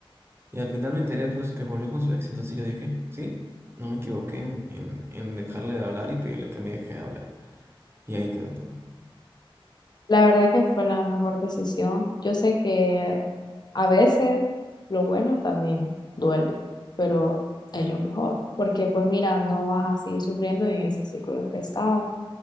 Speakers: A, on the right (about 25°); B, on the left (about 50°).
A: Y al final me enteré pues que volvió con su ex, entonces yo dije, sí, no me equivoqué en, en en dejarle de hablar y pedirle que me deje de hablar. Y ahí quedó todo.
B: La verdad que fue la mejor decisión. Yo sé que a veces lo bueno también duele, pero es lo mejor, porque pues mira, no vas a seguir sufriendo en ese ciclo en que estabas.